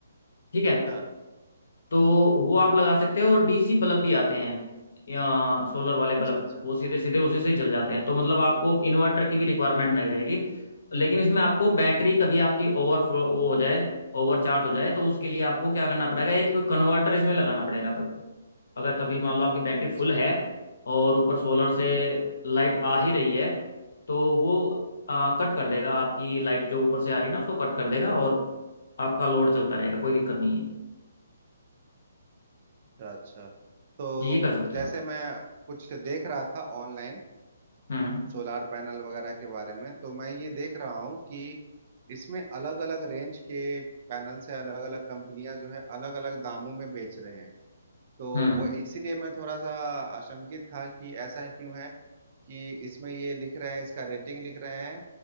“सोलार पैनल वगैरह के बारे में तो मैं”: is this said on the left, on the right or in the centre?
Right